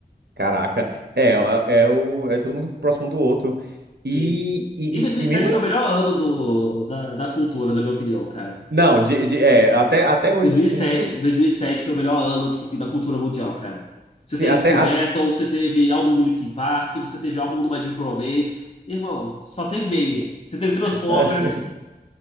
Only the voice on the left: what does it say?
Sim.
E dois mil
e
sete
foi o melhor ano do, da, da cultura, na minha opinião, cara.
dois dois mil
mil e sete
dois mil e sete foi o melhor ano, tipo assim, da cultura mundial, cara. Você
teve
Full
Metal, você teve álbum do Linkin Park, você teve álbum do My Chemical Romance. Irmão, só teve banger. Você teve Transformers.